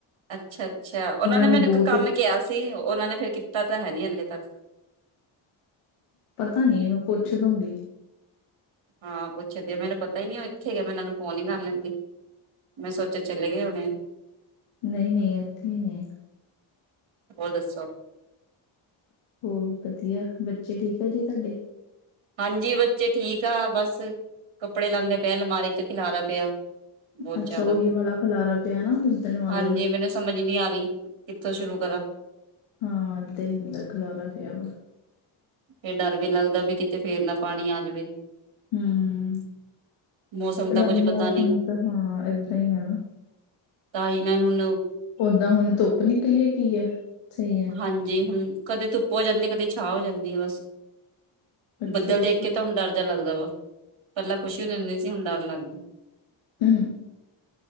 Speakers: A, on the right; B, on the left.
A: ਅੱਛਾ ਅੱਛਾ, ਉਹਨਾਂ ਨੇ
B: ਨੂੰ
A: ਮੈਨੂੰ
B: ਬਹੁਤ
A: ਇੱਕ ਕੰਮ ਕਿਹਾ ਸੀ, ਉਹਨਾਂ ਨੇ ਫੇਰ ਕੀਤਾ ਤਾਂ ਹੈ ਨੀ ਹਾਲੇ ਤੱਕ।
B: ਪਤਾ ਨੀ, ਮੈਂ ਪੁੱਛ ਦੂਗੀ।
A: ਹਾਂ ਪੁੱਛਦੇ ਊ, ਮੈਨੂੰ ਪਤਾ ਹੀ ਨੀ ਉਹ ਇੱਥੇ ਐ, ਮੈਂ ਉਹਨਾਂ ਨੂੰ ਫੋਨ ਨੀ ਕਰ ਲੈਂਦੀ। ਮੈਂ ਸੋਚਿਆਂ ਚਲੇਂ ਗਏ ਹੋਣੇ ਐ‌।
B: ਨਈ ਨਈ ਇੱਥੇ ਹੀ ਨੇ।
A: ਹੋਰ ਦੱਸੋਂ?
B: ਹੋਰ ਵਧੀਆ, ਬੱਚੇ ਠੀਕ ਆ ਜੀ ਤੁਹਾਡੇ?
A: ਹਾਂਜੀ, ਬੱਚੇ ਠੀਕ ਆ, ਬਸ ਕੱਪੜੇ ਲਾਉਂਦੇ ਪਏ ਆ ਆਲਮਾਰੀ ਚ ਖਿਲਾਰਾ ਪਿਆ। ਬਹੁਤ
B: ਅੱਛਾ
A: ਜ਼ਿਆਦਾ
B: ਉਹੀ ਵਾਲਾ ਖਲਾਰਾ ਪਿਆ ਨਾ, ਉਸ ਦਿਨ ਵਾਲਾ
A: ਹਾਂਜੀ
B: ਹੀ।
A: ਮੈਨੂੰ ਸਮਝ ਹੀ ਨੀ ਆ ਰਹੀ, ਕਿੱਥੋਂ ਸ਼ੁਰੂ ਕਰਾਂ?
B: ਹਾਂ, ਏਦਾਂ ਹੀ ਹੁੰਦਾ ਐ, ਖੁਲਾਰਾ ਪਿਆ ਵਾ।
A: ਫਿਰ ਡਰ ਵੀ ਲੱਗਦਾ, ਵੀ ਕਿਤੇ ਫੇਰ ਨਾ ਪਾਣੀ ਆ ਜਾਵੇ।
B: ਹੂੰ,
A: ਮੌਸਮ ਦਾ
B: ਹਲੇ
A: ਕੁੱਝ ਪਤਾ
B: ਮੌਸਮ
A: ਨੀ
B: ਤਾਂ ਹਾਂ ਏਦਾਂ ਹੀ ਐ।
A: ਤਾਂਹੀ ਮੈਂ ਹੁਣ
B: ਓਦਾਂ ਹੁਣ ਧੁੱਪ ਨਿਕਲੀ ਐ ਕੀ ਐ ਸਹੀ ਐ।
A: ਹਾਂਜੀ ਹੁਣ ਕਦੇ ਧੁੱਪ ਹੋ ਜਾਂਦੀ, ਕਦੀ ਛਾਂ ਹੋ ਜਾਂਦੀ ਐ ਬਸ।
B: ਅੱਛਾ
A: ਬੱਦਲ
B: ਅੱਛਾ
A: ਦੇਖ ਕੇ ਤਾਂ ਹੁਣ ਡਰ ਜਾ ਲੱਗਦਾ ਵਾ। ਪਹਿਲਾਂ ਖੁਸ਼ੀ ਹੁੰਦੀ ਸੀ, ਹੁਣ ਡਰ ਲੱਗਦਾ।
B: ਹੂ ਹੂ